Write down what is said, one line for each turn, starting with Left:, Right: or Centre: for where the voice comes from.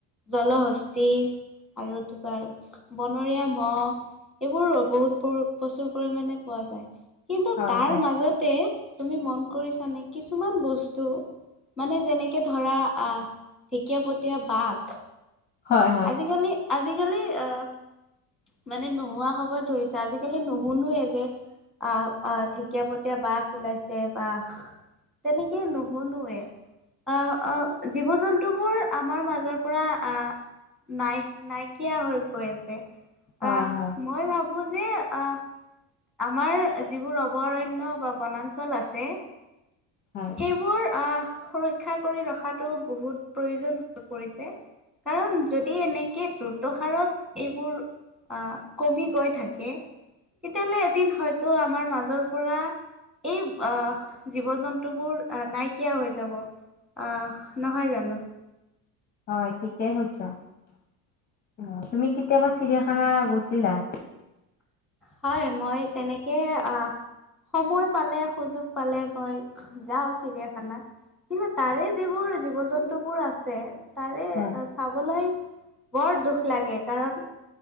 Centre: জলহস্তি আৰু তোমাৰ বনৰীয়া মহ, এইবোৰো বহুত প্ৰচুৰ পৰিমাণে পোৱা যায়। কিন্তু,
Left: হয়
Centre: তাৰ
Left: হয়
Centre: মাজতে তুমি মন কৰিছানে? কিছুমান বস্তু, মানে যেনেকে ধৰা আহ ঢেকীয়াপতীয়া বাঘ
Left: হয় হয়
Centre: আজিকালি আজিকালি, আহ মানে নোহোৱা হ'ব ধৰিছে। আজিকালি নুশুনুৱে যে আহ, আ, ঢেকীয়াপতীয়া বাঘ ওলাইছে বা তেনেকে নুশুনোৱে। আহ, জীৱ জন্তুবোৰ আমাৰ মাজৰ পৰা আহ নাই নাইকিয়া হৈ গৈ আছে।
Left: হয়
Centre: আহ,
Left: হয়
Centre: মই ভাবো যে, আহ আমাৰ যিবোৰ অভয়ৰণ্য বা বনাঞ্চল আছে।
Left: হয়
Centre: সেইবোৰ আহ সুৰক্ষা কৰি ৰখাতো বহুত প্ৰয়োজন হৈ পৰিছে। কাৰণ, যদি এনেকে দ্ৰুত হাৰত এইবোৰ আহ, কমি গৈ থাকে। তেতিয়াহ'লে, এদিন হয়তো আমাৰ মাজৰ পৰা এই আহ জীৱ জন্তুবোৰ নাইকিয়া হৈ যাব। নহয় জানো?
Left: হয়, ঠিকেই কৈছা। আ, তুমি কেতিয়াবা চিৰিয়াখানা গৈছিলা?
Centre: হয়, মই তেনেকে আহ সময় পালে, সুযোগ পালে, মই যাওঁ চিৰিয়াখানাত। কিন্তু, তাৰে যিবোৰ জীৱ জন্তু বোৰ আছে, তাৰে আ
Left: হয়
Centre: চাবলৈ বৰ দুখ লাগে, কাৰণ